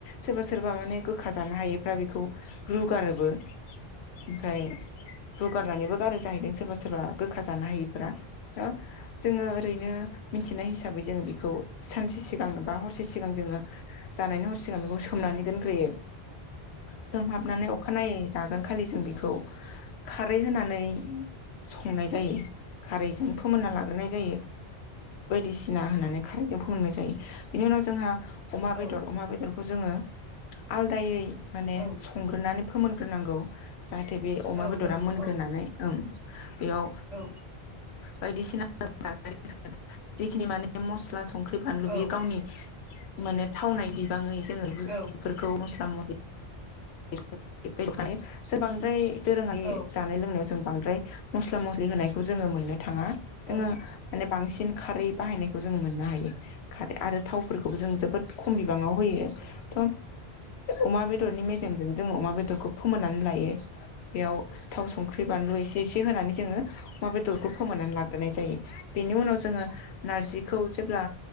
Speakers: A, on the left (about 90°); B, on the right (about 30°).
A: सोरबा सोरबा माने गोखा जानो हायोफ्रा बेखौ रुगारोबो ओमफ्राय रुगारनानैबो बारा जाहैदों सोरबा सोरबा गोखा जानो हाय फरा ओ जोङो ओरैनो मिथिनाय हिसाबै जों बेखौ सानसे सिगां बा हरसे सिगां जोङो जानायनि हर सिगां बेखौ सोमनानै दोनग्रोयो। सोमहाबनानै अखानायै जागोन खालि जों बेखौ खारै होनानै संनाय जायो। खारैजों फोमोनना लाग्रोनाय जायो <unintelligible> <unintelligible> होनानै खारखौ फोमोनाय जायो बिनि उनाव जोंहा अमाबेदर
B: औ
A: अमााबदर खौ जोङो आलदायै माने
B: औ
A: संग्रोनानै फोमोनग्रोनांगौ जाहाथे बे अमा
B: औ
A: बेदरा
B: नंगौ
A: मोनग्रोनानै
B: औ
A: ओं बेयाव
B: औ
A: बायदिसिना <unintelligible> जिखिनि माने मस्ला सं ख्रि बानलु बि
B: औ
A: गावनि माने थावनाय गोबाङै जोङोफोरखौ
B: औ
A: मस्ला मस्लि <unintelligible> बांद्राय दोरोङारि
B: औ
A: जानाय लोंनायाव जों बांद्राय मस्ला मस्लि होनायखौ जोङो मोनो थाङा जोङो
B: औ
A: माने बांसिन खारै बाहायनायखौ जोङो मोननो हायो। खारै आरो थाव फोरखौबो जों जोबोद खम बिबाङाव होयो थ अमा बेदर'नि मेजेम जोङो अमा बेदरखौ फोमोननानै लायो बेयाव थाव संख्रि बानलु एसे एसे होनानै जोङो अमा बेदर फोमोननानै लाग्रोनाय जायो बेनि उनाव जोङो नारजिखौ जेब्ला